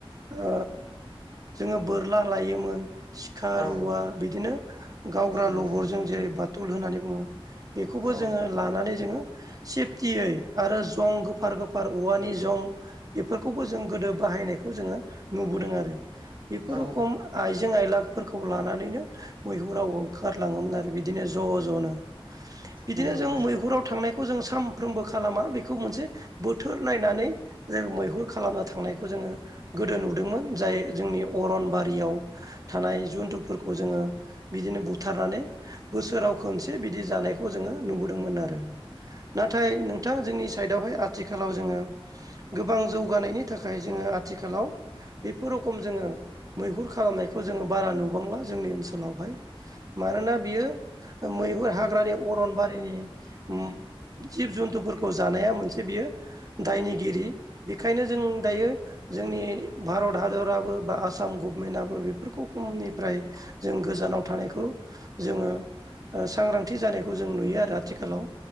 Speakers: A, on the right (about 40°); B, on the right (about 55°).
A: ओ जोङो बोरला लायोमोन। सिखा
B: औ
A: रुवा बिदिनो गावग्रा
B: नंगौ
A: लबरजों जेरै बाथुल होननानै बुङो। बेखौबो
B: औ
A: जोङो लानानै जोङो सेफटियै आरो जं गोफार गोफार औवानि जं बेफोरखौबो जों गोदो बाहायनायखौ जोङो नुबोदों आरो। बेफोर
B: औ
A: रखम आइजें आइला फोरखौ लानानैनो मैहुराव ओंखारलाङोमोन आरो बिदिनो ज' ज'नो। बिदिनो
B: नंगौ
A: जों मैहुराव थांनायखौ जों सानफ्रोमबो खालामा बि खौ मोनसे बोथोर नायनानै जों मैहुर खालामनो थांनायखौ जोङो गोदो नुदोंमोन जा य जोंनि अरनबारियाव थानाय जुन्थुफोरखौ जोङो बिदिनो बुथारनानै बोसोराव खनसे बिदि जानायखौ जोङो नुबोदोंमोन आरो नाथाय नोंथां जोंनि साइदआवहाय आथिखालाव जोङो गोबां जौगानायनि थाखाय जोङो आथिखालाव बेफोर रखम जोङो मैहुर खालामनायखौ जोङो बारा नुबांला जोंनि ओनसोलावहाय मानोना बियो मैहुर हाग्रानि अरनबारिनि उम जिब जुन्थुफोरखौ जानाया मोनसे बियो दायनिगिरि बेनिखायनो जों दायो जोंनि भारत हादराबो बा आसाम गभमेन्टआबो बेफोरखौ खमनिफ्राय जों गोजानाव थानायखौ जोङो ओ सांग्रांथि जानायखौ जों नुयो आरो आथिखालाव